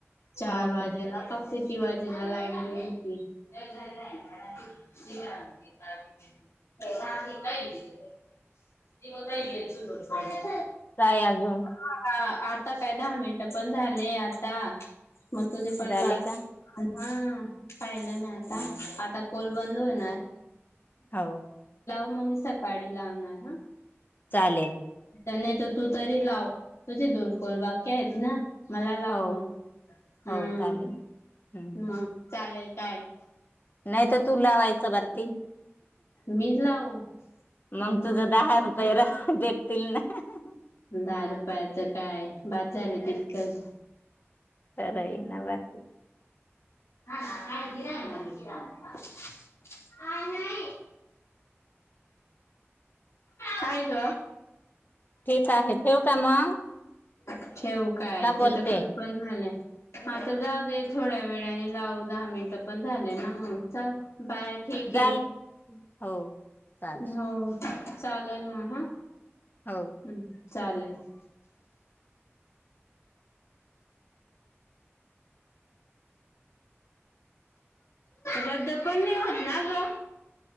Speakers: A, on the left; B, on the left.
A: चार
B: हो
A: वाजेला.
B: का
A: <unintelligible> <unintelligible> लाईट. <inaudible>
B: कायं आगं घेऊन.
A: हा आता काय दहा मिनट पण झाले आता. मगं तुझे पण
B: झाले
A: पाच
B: का
A: हा. पाहिलं नाही आता, आता कॉल बंद होणार.
B: हो
A: <inaudible> सकाळी लावणार हा.
B: चालेल
A: नाही तर तू तरी लावं. तुझे दोन कॉल बाकी आहेत ना. मला लाव
B: हो
A: मगं हम्म.
B: हो चालेल हम्म
A: मगं. चालेलं कायं.
B: नाही तर तू लावायचं भरती
A: मीच लावू
B: मगं
A: आणि
B: तुझ
A: तू
B: दहा रुपये. <inaudible> भेटतील नां.
A: दहा रुपयाचं काय, बाद झाली तितकच
B: खरं आहे ना भारती
A: हा ना काय गिराना शीरामा, काही नाही. काय ग
B: ठीक आहे ठेवू का मग?
A: <inaudible> ठेऊू काय
B: का बोलते
A: ते तर कुलुपलाईन म्हणे आता जाऊ दे, थोड्या वेळाने लाव दहा मिनटं पण झाले ना मग, चल बाय, ठीक
B: जाल
A: आहे.
B: हो चालेल
A: हो चालेल मग हा हम्म
B: हो
A: चालेल <inaudible> रद्द पण नाही होत ना ग.